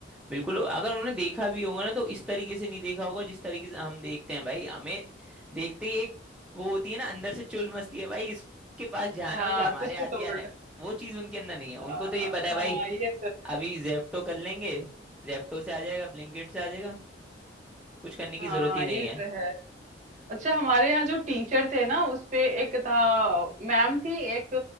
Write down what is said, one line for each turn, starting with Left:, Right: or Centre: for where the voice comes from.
Centre: बिल्कुल अगर उन्होंने देखा भी होगा ना तो इस तरीके से नहीं देखा होगा जिस तरीके से हम देखते हैं भाई हमें देखते ही एक वो होती है ना अंदर से चुल मस्ती है भाई इसके पास जाना
Right: हाँ
Centre: हो जो हमारे
Right: तो इसको
Centre: आती
Right: तोड़
Centre: आना है वो चीज उनके अंदर नहीं है
Right: हाँ
Centre: उनको तो ये पता है
Right: हाँ
Centre: भाई
Right: ये तो है
Centre: अभी जेप्टो कर लेंगे जेप्टो से आ जाएगा ब्लिंकिट से आ जाएगा कुछ करने की
Right: हाँ
Centre: जरूरत ही नहीं
Right: ये तो
Centre: है
Right: है अच्छा हमारे यहाँ जो टीचर थे ना उसपे एक था मैम थी एक